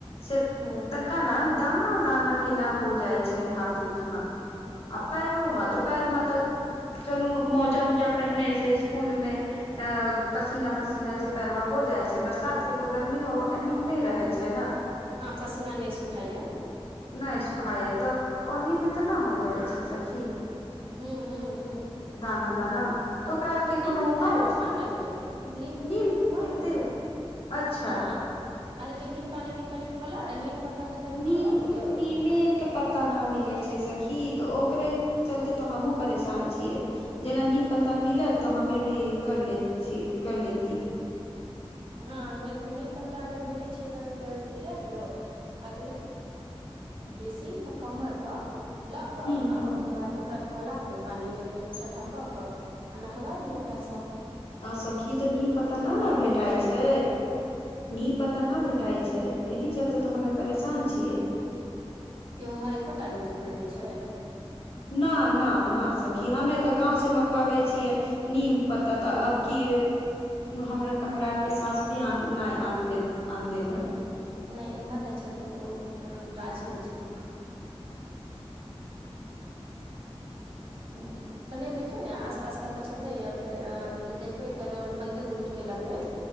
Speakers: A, on the left (about 70°); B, on the right (about 60°).
A: से
B: हँ
A: तनिका ने दाना दाना केना हो जाई छै हाथ उथ में पैरो में
B: ओ
A: तऽ पैर में तऽ चलू मौजा उजा पहिने से स्सकूल मे अ पसीना पसीना जे पैवा हो जाइ छै बरसात के तो गर्मीो एहम नहि रहे छै ने
B: हँ पसीना नहि सुखाइय
A: नहि सुखाए तऽ ओहीमे तऽ नहि हो जाइ छै सखी
B: हूं हूं हूं
A: दाना दाना तऽ ओकरा आर के
B: नीम
A: कोनो उपाय
B: तेल मंगवा
A: छै
B: ने लियौ के
A: नीम
B: तेल मंगवा
A: के
B: ने लियौ
A: तेल अच्छा
B: हँ आ तऽ नीम पानी के कनी खोउला नीम पत्ता के कनि
A: निम
B: खौला लियौ
A: निमित तऽ पता नऽ मिले छै सखी तऽ ओकरे चलते तऽ हमहुँ परेशान छियै जेना नीम पत्ता मिलत तऽ हमे भी कर ले छी कर ले
B: हाँ नहि तऽ नीम पत्ता अगर भेटैत छै तऽ लए लियौ आ बेसी तऽ कमे के लऽ क
A: हूँ हूँ
B: आ ओकर बाद ओकरा खौला दियऔ पानि मे क ठण्डा कऽ कऽ आ नहलबा दियौ ओकासँ
A: आ सखी तऽ नीम पत्त नहि ने भेटाइ
B: भए जायत
A: छै नीम पत्ता नहि भेटाइ छै एहि चलते तऽ हमे परेशान छियै
B: के उम्हर एक्के टा पेड़ नै छै
A: ना ना ना सखी हमे तऽ गाँंव से मंगवाबै छियै नीम प्त ता अब की हमरा हमरा आर के साउस विआ नहिने आन देल हन
B: नै एम्हर नहि छथिन ओ राची में छथिन
A: <inaudible>
B: हुँ तऽ नहि देखियौ ने आस पास कतहु छैेतै या फेर अ देखबै केना मंन्दिर उदिर के लगमे